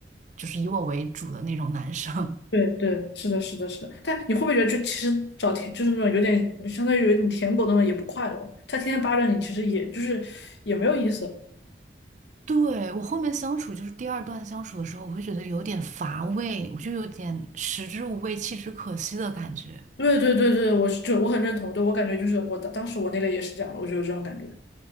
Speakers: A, on the right (about 40°); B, on the left (about 70°).
A: 就是以我为主的那种男生。
B: 对对，是的，是的，是的。但你会不会觉得，就其实找舔，就是那种有点相当于你舔狗那种，也不快乐。他天天扒着你，其实也就是也没有意思。
A: <laughs> 对，我后面相处，就是第二段相处的时候，我会觉得有点乏味，我就有点食之无味，弃之可惜的感觉。
B: 对对对对，我是就我很认同。对我感觉就是我当当时我那个也是这样的，我就有这种感觉。